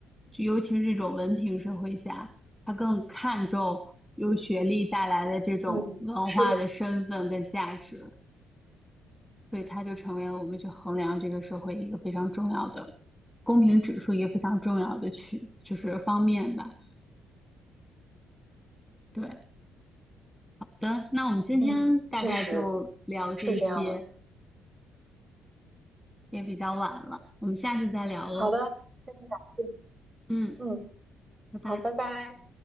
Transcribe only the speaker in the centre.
就尤其是这种文凭社会下，他更看重由学历带来的这种文化的身份跟价值，
所以它就成为了我们去衡量这个社会一个非常重要的公平指数，一个非常重要的去就是方面吧。对，的，那我们今天大概就聊这些，
也比较晚了，我们下次再聊喽。
嗯，
拜拜。